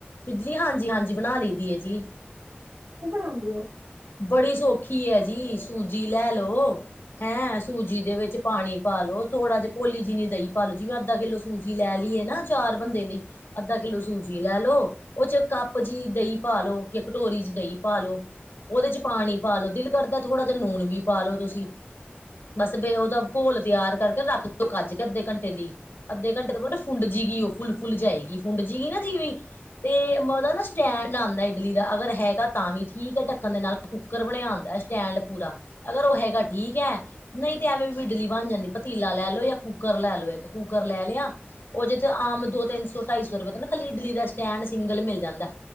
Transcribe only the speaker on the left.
ਇਡਲੀ ਹਾਂਜੀ ਹਾਂਜੀ ਬਣਾ ਲਈ ਦੀ ਹੈ ਜੀ।
ਬੜੀ ਸੌਖੀ ਹੈ ਜੀ ਸੂਜੀ ਲੈ ਲੋ ਹੈਂ ਸੂਜੀ ਦੇ ਵਿੱਚ ਪਾਣੀ ਪਾ ਲੋ। ਉਹ ਥੋੜਾ ਜਿ ਘੋਲੀ ਜੀ ਨੀ ਦਈ ਪਾਾਲੋ ਜੀ ਮੈਂ ਅੱਧਾ ਕਿੱਲੋ ਸੂਜੀ ਲੈ ਲਈਏ ਨਾ ਚਾਰ ਬੰਦੇ ਲਈ ਅੱਧਾ ਕਿੱਲੋ ਸੂਜੀ। ਜੀ ਲੈ ਲੋ ਉਹ ਚ ਕੱਪ ਜਿਹੀ ਦਹੀਂ ਪਾ ਲੋ ਕਿ ਕਟੋਰੀ ਚ ਦਹੀਂ ਪਾ ਲ ਲੋ। ਉਹਦੇ ਚ ਪਾਣੀ ਪਾਾਲਓ ਦਿਲ ਕਰਦਾ ਥੋੜ੍ਹਾ ਜਿਹਾ ਨੂਣ ਵੀ ਪਾ ਲ ਲੋ ਤੁਸੀਂ। ਬਸ ਬੇ ਉਹਦਾ ਘੋਲ ਤਿਆਰ ਕਰਕੇ ਰੱਖ ਦਿਓ ਕੱਜ ਕੇ ਅੱਧੇ ਘੰਟੇ ਲਈ ਅੱਧੇ ਘੰਟੇ ਤੋਂ ਬ ਫੁੰਡ ਜ ਉਹ ਫੁੱਲ ਫੁੱਲ ਜਾਏਗੀ ਫੁੰਡ ਜਗੀ ਨਾ ਜਿਵੇ ਤੇ ਮਤਦਾ ਨਾ ਸਟੈਂਡ ਆਉਂਦਾ ਇਡਲੀ ਦਾ ਅਗਰ। ਹੈਗਾ ਤਾਂ ਵੀ ਠੀਕ ਹੈ। ਣ ਦੇ ਨਾਲ ਕੁੱਕਰ ਬਣਿਆ ਆਉਦਾ ਸਟੈਂਡ ਪੂਰਾ ਅਗਰ ਉਹ ਹੈਗਾ ਠੀਕ ਹੈ ਨਹੀਂ ਤੇ ਐਵੇਂ ਬਡਲੀ ਬ ਹਾਂਜੀ ਪਤੀਲਾ ਲੈ ਲਓ ਜਾਂ ਕੂੱਕਰ ਲੈ ਲਓ ਇੱਕ ਕੂੱਕਰ ਲੈ ਲਿਆ। ਉਹ ਜੇ ਤੇ ਆਮ ਦੋ ਤਿੰਨ ਸੌ ਢਾਈ ਸੌ ਰੁਪਏ ਨਾ ਖਾਲੀ ਇਡਲੀ ਦਾ ਸਟੈਂਡ ਸਿੰਗਲ ਮਿਲ ਜਾਂਦਾ।